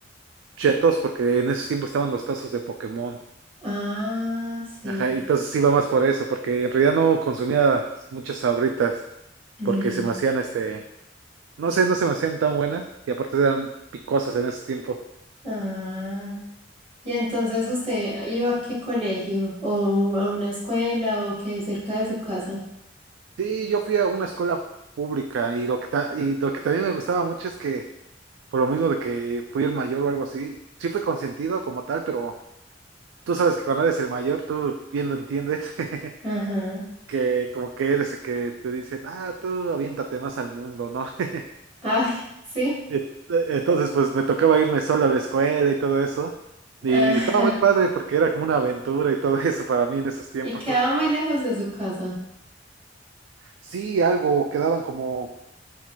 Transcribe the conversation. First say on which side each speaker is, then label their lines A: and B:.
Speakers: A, on the right; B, on the right.
A: chetos porque en esos tiempos estaban los tazos de Pokémon.
B: Ah, sí.
A: Ajá, y entonces iba más por eso, porque en realidad no consumía muchas sabritas,
B: Mm,
A: porque se me hacían este, no sé, no se me hacían tan buenas y aparte eran picosas en ese tiempo.
B: Ah. Y entonces usted iba a qué colegio, o a una escuela, o qué cerca de su casa.
A: Sí, yo fui a una escuela pública y lo que, ta- y lo que también me gustaba mucho es que, por lo mismo de que fui el mayor o algo así, sí fui consentido como tal, pero Tú sabes que cuando eres el mayor, tú bien lo entiendes, <laughs>
B: Ajá.
A: que como que eres el que te dicen, ah, tú aviéntate más al mundo, ¿no? <laughs>
B: Ay, sí.
A: Ent- Entonces, pues me tocaba irme solo a la escuela y todo eso. Y
B: <laughs> Ajá.
A: estaba muy padre porque era como una aventura y todo <laughs> eso para mí en esos tiempos.
B: Y quedaba
A: <laughs>
B: muy lejos de su casa.
A: Sí, algo, quedaban como